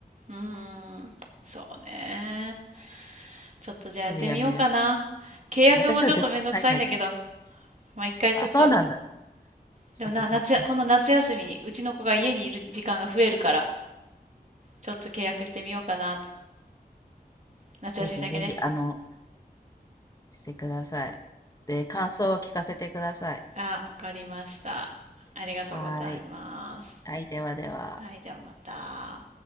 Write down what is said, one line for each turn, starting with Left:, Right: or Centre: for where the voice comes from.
Right: うん。そうね。ちょっとじゃあやってみようかな。
Left: すぐやめれるか
Right: 契約もちょっとめんどくさいんだけど、
Left: ら。私は絶対入んないけど。
Right: まあ、一回ちょっと、
Left: あ、そうなんだ。そっかそっか。
Right: でもな、夏や、この夏休みに、うちの子が家にいる時間が増えるから、ちょっと契約してみようかなと。夏休みだけね。
Left: ぜひぜひ、あの、してください。で、感想を聞かせてください。
Right: あ、わかりました。ありがとうございます。
Left: はーい。はい、ではでは。
Right: はい、ではまた。